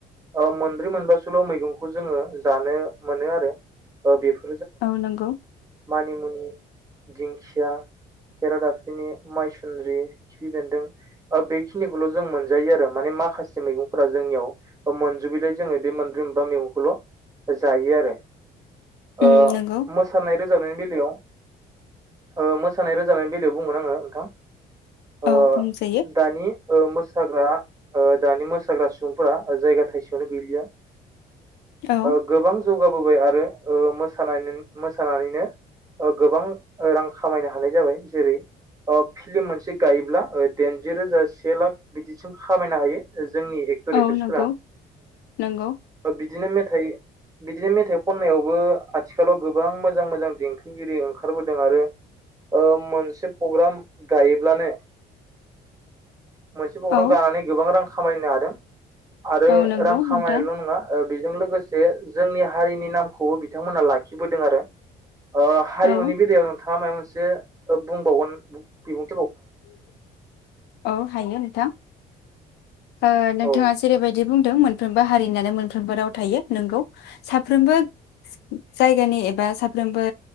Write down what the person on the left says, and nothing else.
औ नंगौ।
उम
नंगौ
औ बुंजायो
औ
औ
नंगौ नंगौ
औ
औ नंगौ
नोंथां
औ
<inaudible> औ हायो नोंथां। ओ नोंथाङा
जेरैबायदि बुंदों मोनफ्रोमबो हारिनानो मोनफ्रोमबो राव थायो नोंगौ साफ्रोमबो जायगानि एबा साफ्रोमबो